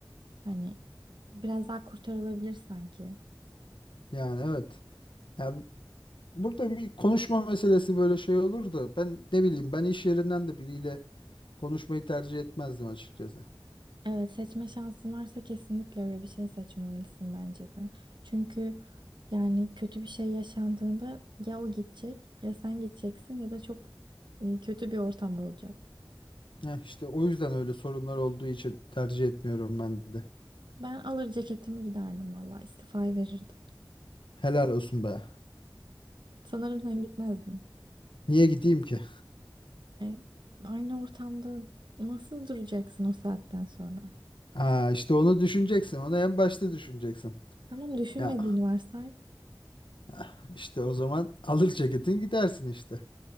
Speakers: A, on the right (about 70°); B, on the left (about 85°).
A: Hani biraz daha kurtarılabilir sanki.
B: Yani evet. Ya Burada bir konuşma meselesi böyle şey olur da ben ne bileyim ben iş yerinden de biriyle konuşmayı tercih etmezdim açıkçası.
A: Evet, seçme şansın varsa kesinlikle öyle bir şey seçmemelisin bence de. Çünkü yani kötü bir şey yaşandığında ya o gidecek ya sen gideceksin ya da çok e, kötü bir ortam olacak.
B: Heh, işte o yüzden öyle sorunlar olduğu için tercih etmiyorum ben de.
A: Ben alır ceketimi giderdim valla istifayı verirdim.
B: Helal olsun be.
A: Sanırım sen gitmezdin.
B: Niye gideyim ki?
A: E, aynı ortamda nasıl duracaksın o saatten sonra?
B: Aa, işte onu düşüneceksin. Onu en başta düşüneceksin.
A: Tamam düşünmediğini
B: Ya
A: varsay.
B: ah, işte o zaman alır ceketin gidersin işte.